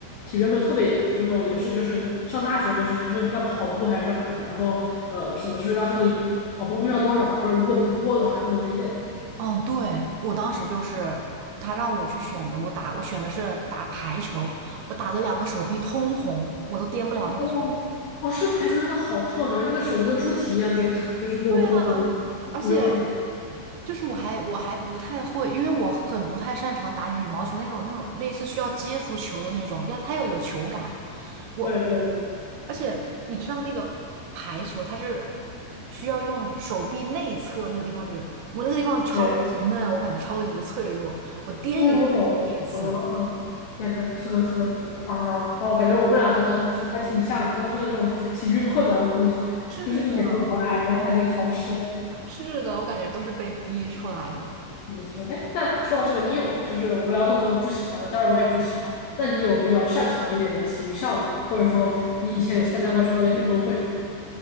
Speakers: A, on the left; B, on the right.
A: 体育要求特别严格，就是那种也是就是上大学都是还是要跑步还是干嘛的，然后呃什么就是要求你跑步不知道多少嘛，不是如果不过的话还不能毕业呢。
B: 嗯，对，我当时就是他让我去选的，我打我选的是打排球，我打的两个手臂通红，我都颠不了那个球。
A: 哦，哦，是排球真的好痛啊，感觉那个手都跟猪蹄一样颠的 <laughs> 就是那种红红
B: 对啊 <laughs>，而且
A: 我有种。
B: 就是我还我还不太会，因为我很不太擅长打羽毛球那种那种类似需要接触球的那种，要它要有球感。我
A: 对对对
B: 而且你知道那个排球它是需要用手臂内侧那个地方去，我那个地方超级嫩，
A: 对，
B: 我感觉超级脆弱，我颠一次一次。
A: 因为我懂，嗯，感觉是的，是的，是的，啊，哦，感觉我们俩真的还挺像的，都是那种 <laughs> 体育困难户，
B: 是的，
A: 就是一点都不爱，然后还在考试，
B: 是的，我感觉都是被逼出来的。
A: 嗯，是的。哎，那说到这个，你有就是我们聊那么多不喜欢的，当然我也不喜欢，那你有比较擅长一点的体育项目吗？或者说你以前有参加过学校的运动会吗？